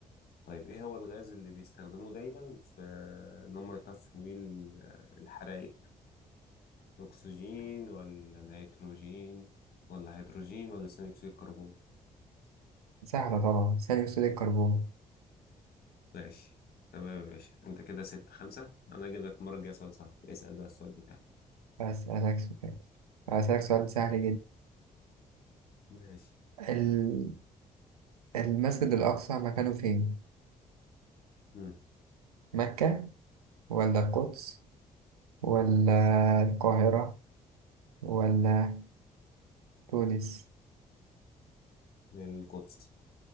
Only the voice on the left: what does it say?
طيب ايه هو الغاز اللي بيستخدموه دايما في ان هم يطفوا بيه ال- الحرائق اكسجين ولا نيتروجين ولا هيدروجين ولا ثاني اكسيد الكربون
ماشي تمام يا باشا انت كده ستة خمسة انا اجيب لك المرة الجاية سؤال صعب اسأل بقى السؤال بتاعك
ماشي
مم.
القدس